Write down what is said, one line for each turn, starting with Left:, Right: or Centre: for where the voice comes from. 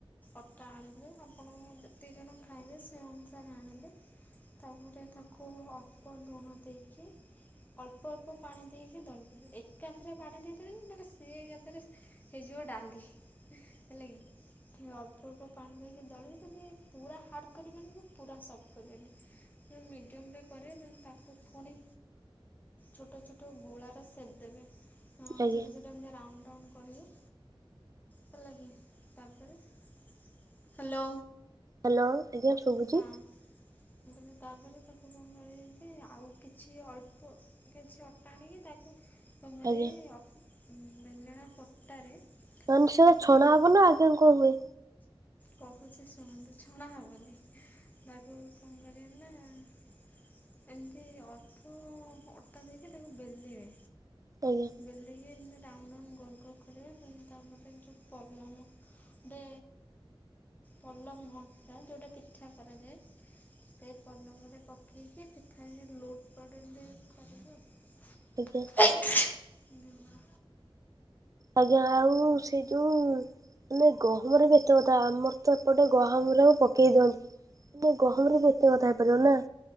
Left: ଅଟା ଆଣିଲେ ଆପଣଙ୍କ ଯେତିକି ଜଣ ଖାଇବେ ସ ସେ ଅନୁସାରେ ଆଣିଲେ ତାପରେ ତାକୁ ଅଳ୍ପ ଲୁଣ ଦେଇକି ଅଳ୍ପ ଅଳ୍ପ ପାଣି ଦେଇକି ଦଳିଦେବେ ଏକାଥରେ ପାଣି ଦେଇଦେବେନି ନହେଲେ ସିଏକାଥରେ ହେଇଯିବ ଡାଲି ହେଲାକି ସେ ଅ ଅଳ୍ପ ଅଳ୍ପ ପାଣି ଦେଇକି ଦଳିବେ ଯେମିତି ପୁରା ହାର୍ଡ଼ କରିବେନି କି ପୁରା ସଫ୍ଟ କରିବେନି। ଯେ ମିଡିୟମରେ କରିବେ ଦେନ ତାକୁ ଫୁଣି ଛୋଟ ଛୋଟ ଗୁଳା ର ସେପ ଦେବେ ହଁ ଛୋଟ
Right: ଆଜ୍ଞା
Left: ଛୋଟ ଯେମିତି ରାଉଣ୍ଡ ରାଉଣ୍ଡ କରିବେ। ହେଲାକି ତାପରେ ହ୍ୟାଲୋ।
Right: ହ୍ୟାଲୋ ଆଜ୍ଞା। ଶୁଭୁଛି
Left: ହଁ ମୁଁ କହିଲି ତାପରେ ତାକୁ କଣ କରିବେକି ଆଉ କିଛି ଅଳ୍ପ କିଛି ଅଟା ଆଣିକି ତାକୁ କଣକରିବେ
Right: ଆଜ୍ଞା
Left: ଅ ଉଁ ବେଲେଣା ପଟାରେ
Right: ମାନେ ସେ
Left: ତାକୁ
Right: ଛଣା
Left: ରଖି
Right: ହବ ନା ଆଉ କଣ କଣ ହୁଏ?
Left: କହୁଛି ଶୁଣନ୍ତୁ ଛଣା ହବନି ତାକୁ କଣ କରିବେ ନା ଏମିତି ଅଳ୍ପ ଅ ଅଟା ଦେଇକି ତାକୁ ବେଲିବେ
Right: ଆଜ୍ଞା।
Left: ବେଲିକି ଏମିତି ରାଉଣ୍ଡ ରାଉଣ୍ଡ ଗୋଲଗୋଲ କରିବେ ହୁଁ ତାପରେ ଯୋଉ ପଲମ ଗୋଟେ ପଲମ ଟା ଯୋଉଟା ପିଠା କରାଯାଏ। ସେଇ ପଲମରେ ପକେଇକି ପିଠାରେ ଲଉଟ୍ ପାଉଟ୍ ଏମିତି କରିବେ
Right: ଆଜ୍ଞା।
Left: ଆଉ <unintelligible> ମା
Right: ଆଜ୍ଞା ଆଉ ସେଇ ଯୋଉ ମାନେ ଗହମରେ ବି ଏତେକଥା ଆମର ତ ଏପଟେ ଗହ ଆମର ଆଉ ପକେଇ ଦିଅନ୍ତି ମ ଗହମରେ ବି ଏତେକଥା ହେଇପାରିବ ନା।